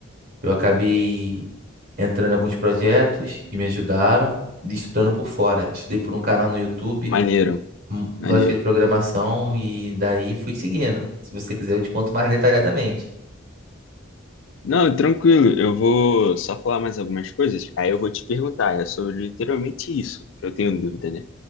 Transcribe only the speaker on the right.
Eu acabei entrando em alguns projetos que me ajudaram, e estudando por fora. Estudei por um canal no YouTube,
hum, Lógica
de Programação, e daí fui seguindo. Se você quiser, eu te conto mais detalhadamente.